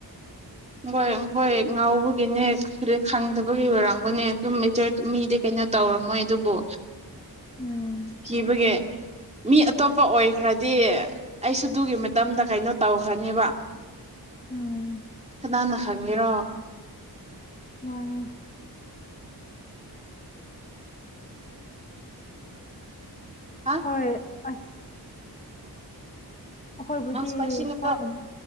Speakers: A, on the right; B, on the left.
A: <unintelligible> ꯍꯣꯏ ꯉꯥꯎꯕꯒꯤꯅꯦ ꯈꯪꯗꯕꯒꯤ ꯑꯣꯏꯔꯒꯅꯦ ꯑꯗꯨꯝ ꯃꯇꯔ ꯃꯤꯗꯤ ꯀꯩꯅꯣ ꯇꯧꯔꯝꯃꯣꯏ ꯑꯗꯨꯕꯨ
B: ꯎꯝ
A: ꯀꯤꯕꯦ ꯃꯤ ꯑꯇꯣꯞꯄ ꯑꯣꯏꯈ꯭ꯔꯗꯤ ꯑꯩꯁꯨ ꯑꯗꯨꯒꯤ ꯃꯇꯝꯗ ꯀꯩꯅꯣ ꯇꯧꯈ꯭ꯔꯅꯦꯕ
B: ꯎꯝ
A: ꯗꯥꯥꯟꯅ ꯈꯥꯡꯒꯦꯔꯣ
B: ꯃꯥꯅꯦ
A: ꯍꯥ
B: ꯍꯣꯏ ꯑꯁ ꯑꯩꯈꯣꯏꯕꯨꯗꯤ
A: ꯑꯁꯄꯥꯁꯤ ꯅ
B: ꯐꯣꯟꯒꯨꯝꯕ